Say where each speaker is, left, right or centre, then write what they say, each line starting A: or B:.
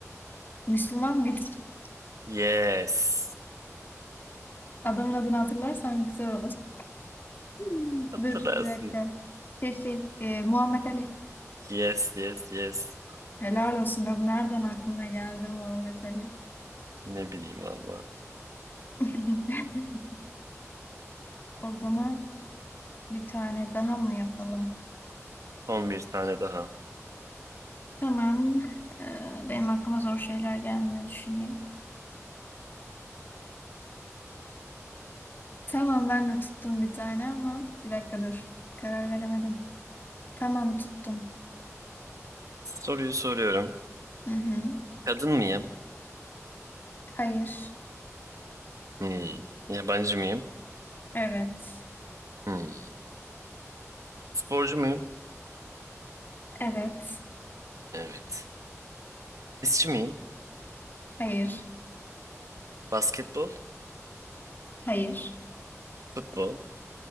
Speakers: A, on the left (about 40°); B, on the right (about 85°).
A: Müslüman mıydım? <laughs>
B: Yes.
A: Adamın adını hatırlarsam güzel olur. <laughs> Hmm,
B: Hatırlarsın.
A: Dur bir dakika. Şey, şey, e, Muhammed Ali.
B: Yes, yes, yes.
A: Helal olsun be, bu nereden aklına geldi Muhammed Ali?
B: Ne bileyim valla.
A: <laughs> O zaman bir tane daha mı yapalım?
B: Son bir tane daha.
A: Tamam. Ee, benim aklıma zor şeyler gelmiyor düşüneyim. Tamam ben de tuttum bir tane ama bir dakika dur. Karar veremedim. Tamam tuttum.
B: Soruyu soruyorum.
A: Hı hı.
B: Kadın mıyım?
A: Hayır.
B: Hmm. Yabancı mıyım?
A: Evet.
B: Hmm. Sporcu muyum?
A: Evet.
B: Evet. Tenisçi miyim?
A: Hayır.
B: Basketbol,
A: Hayır.
B: futbol.